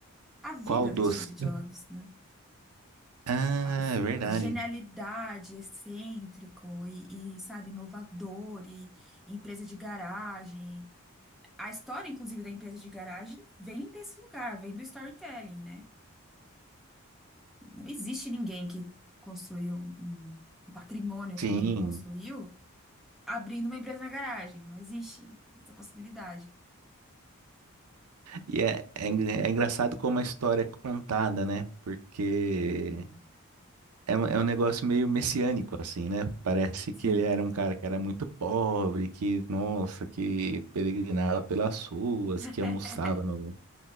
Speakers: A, in the centre; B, on the right.
A: A vida
B: qual
A: do
B: dos?
A: Steve Jobs, né?
B: Ah,
A: A, o f-
B: é verdade.
A: a genialidade, excêntrico e, e, sabe, inovador e empresa de garagem. A história, inclusive, da empresa de garagem vem desse lugar, vem do storytelling, né? Não existe ninguém que construiu um patrimônio
B: Sim.
A: como ele construiu abrindo uma empresa na garagem. Não existe essa possibilidade.
B: E é, é, en- é engraçado como a história é contada, né? Porque
A: Uhum.
B: é, um- é um negócio meio messiânico, assim, né? Parece
A: Sim.
B: que ele era um cara que era muito pobre, que, nossa, que peregrinava pelas ruas,
A: <laughs>
B: que almoçava no.